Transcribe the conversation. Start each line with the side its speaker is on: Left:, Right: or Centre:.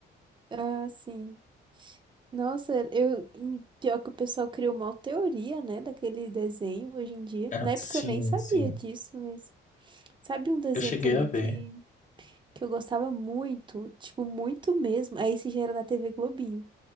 Right: Ah, sim. Nossa, eu, e pior que o pessoal criou uma teoria, né, daquele desenho hoje em dia.
Left: Ah,
Right: Na época
Left: sim,
Right: eu nem sabia
Left: sim,
Right: disso, mas sabe um desenho
Left: eu cheguei
Right: também
Left: a ver.
Right: que, que eu gostava muito, tipo, muito mesmo. Aí esse já era da TV Globinho.